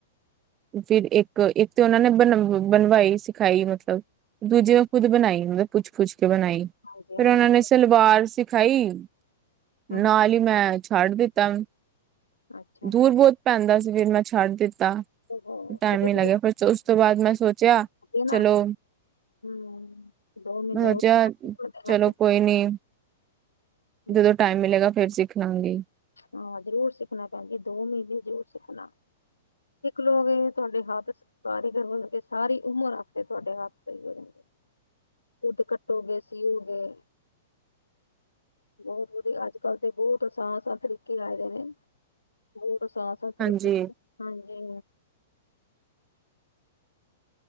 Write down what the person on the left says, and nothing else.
ਹਾਂਜੀ
ਹਾਂਜੀ
ਹਾਂਜੀ
ਅੱਛਾ
ਅੱਛਾ
ਹੋ
ਕਰਦੇ
ਨਾ
ਹੂੰ ਦੋ ਮਹੀਨੇ
ਉਹ
ਤੁਹਾਡੇ
ਹੱਥ ਚ
ਹਮ,
ਹਾਂ, ਜ਼ਰੂਰ ਸਿੱਖਣਾ ਭੈਣ ਜੀ, ਦੋ ਮਹੀਨੇ ਜ਼ਰੂਰ ਸਿੱਖਣਾ। ਇੱਕ ਲੋਕ ਇਹ ਤੁਹਾਡੇ ਹੱਥ ਕਾਰੀਗਰ ਵਰਗੇ ਸਾਰੀ ਉਮਰ ਅਤੇ ਤੁਹਾਡੇ ਹੱਥ ਸਹੀ ਹੋ ਜਾਣਗੇ ਖੁਦ ਕੱਟੋਗੇ, ਸੀਓਗੇ ਬਹੁਤ ਵਧੀਆ ਅੱਜ ਕੱਲ ਤੇ ਬਹੁਤ ਆਸਾਨ ਤਰੀਕੇ ਆ ਗਏ ਨੇ ਹੁੰ ਬਸ ਸਾ ਸੁਥਰੀ
ਹਾਂਜੀ।